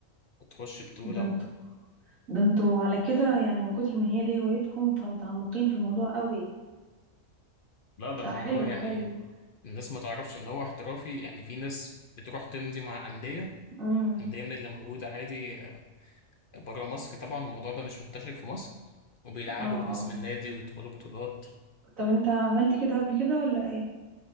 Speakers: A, on the left (about 50°); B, on the right (about 90°).
A: وتخش بطولة
B: ده انتوا ده انتوا على كده يعني من كتر ما هي دي هوايتكم فمتعمقين في الموضوع قوي
A: لا ده
B: ده
A: الموضوع
B: حلو
A: يعني
B: حلو
A: الناس ما تعرفش ان هو احترافي يعني في ناس بتروح تمضي مع انديه
B: امم
A: انديه من اللي موجوده عادي بره مصر طبعا الموضوع ده مش منتشر في مصر وبيلعبوا
B: اه اه
A: باسم النادي ويدخلوا بطولات
B: طب انت عملت كده قبل كده ولا ايه